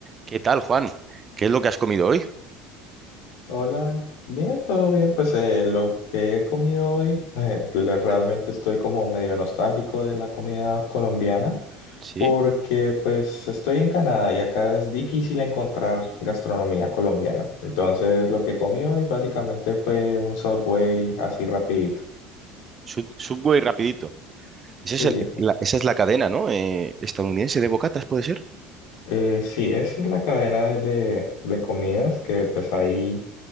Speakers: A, on the right (about 35°); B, on the left (about 65°).
A: ¿Qué tal, Juan? ¿Qué es lo que has comido hoy?
B: Hola, bien, todo bien. Pues eh, lo que he comido hoy, eh, le- realmente estoy como medio nostálgico de la comida colombiana
A: Sí,
B: porque pues estoy en Canadá y acá es difícil encontrar gastronomía colombiana. Entonces lo que comí hoy básicamente fue un Subway así rapidito.
A: Sub- Subway rapidito. Ese es
B: Sí,
A: el- la- esa es la cadena, ¿no? Eh, estadounidense de bocatas, ¿puede ser?
B: eh, sí, esa es la cadena de, de de comidas que pues ahí